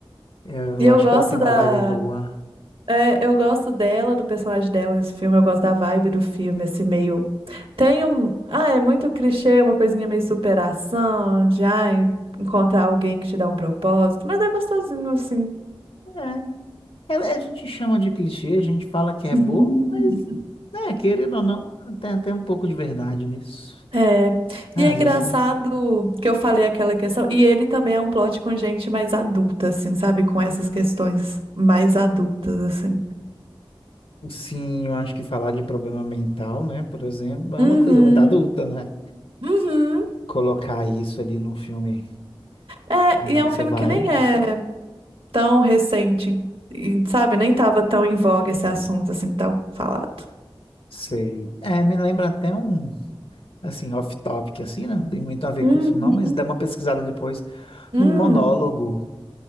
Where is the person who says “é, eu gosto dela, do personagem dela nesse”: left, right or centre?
Right